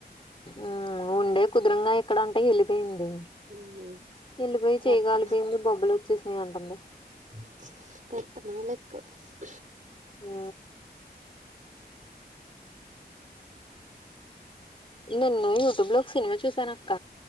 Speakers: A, on the left; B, on the right.
A: ఊ ఉండే కుదురుంగా ఇక్కడ అంటే వెళ్ళిపోయింది అ
B: మ్మ్
A: నీళ్ళుపోయి
B: పెత్తనా
A: చేయి కాలిపోయింది బొబ్బలు వచ్చేసినయ్ అంటుంది
B: <unintelligible>
A: ఆ నిన్న యూట్యూబ్ లో ఒక సినిమా చూసాను అక్క